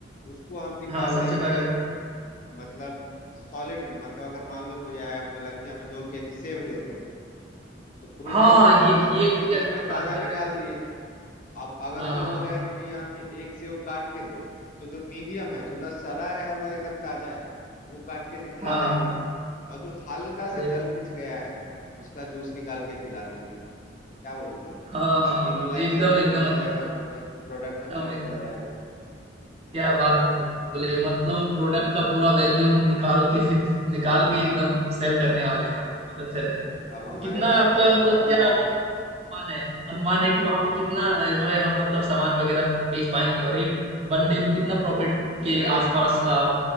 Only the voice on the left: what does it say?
उसको हम निकाल
देंगे
मतलब सॉलिड में मतलब अगर मान लो कोई आया बोला कि हमें दो केजी सेब दे दो तो फ्रूट
एंड जूस
है तो हम
उसमें
ताजा
निकाल
दिए अब अगर
कोई
बोलेगा कि भैया हमें एक सेब काट के दो तो जो मीडियम है जो ना सड़ा है और ना एकदम ताजा है वो काट के दि- खिला
देंगे और जो हल्का सा
गल पिच गया है उसका जूस निकाल के पिला देंगे क्या बोलते हो
तीनों लाइफ
साइकिल
में हो
जाएगा
प्रोजेक्ट प्रोडक्ट अपना निकल
जाएगा
हाँ
अब अब हमारे
पास
भाई
हम तो
मेरा
एक
दिन में